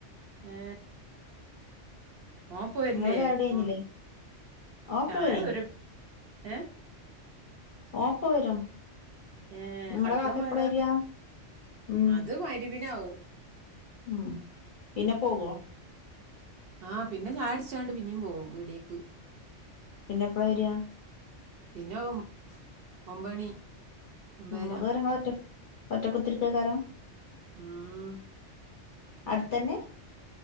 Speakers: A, on the right; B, on the left.
A: ഏ ഓ പോയിരില്ലേ
B: ഇങ്ങളെ ചായുടി കഴിഞ്ഞില്ലേ
A: ഓ
B: ഓപ്പ
A: ചായ
B: വരെ
A: ഒരു ഏ
B: ഓപ്പ വരും
A: ഏർ
B: നിങ്ങളെ
A: കളിക്കാൻ
B: കാക്ക
A: പോയതാ
B: എപ്പളാ വരിക ഉം
A: അത് വയരി പിിനെ ആാവവും
B: ഉം പിന്നെ പോവോ
A: ആഹ് പിന്നെ ഞാഴചാണ്ട് പിന്നീും പോവും വീടേക്ക്
B: പിന്നെ എപ്പളാ വരിയാ
A: പിന്നെം ഒമ്പണി ഒമ്പതര
B: ആ അ വേറെങ്ങള ഒറ്റ ഒറ്റ കുത്തിരിക്കക്കാരോ
A: ഉം.
B: അടുത്തന്നെ